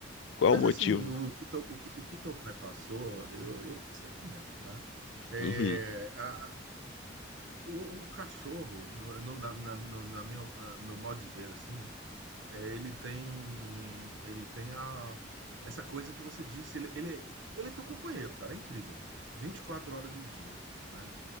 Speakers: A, on the left; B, on the right.
A: Qual
B: Mas
A: é o motivo?
B: assim, o que teu, o que, o que teu pai passou, eu, eu passei também, né? É,
A: Uhum,
B: a, a- o, o cachorro, no, no- na, na, no- na minha, ah, meu modo de ver, assim, É, ele tem, ele tem a, essa coisa que você disse, ele, ele, é- ele é teu companheiro, cara, é incrível. vinte e quatro horas do dia, né?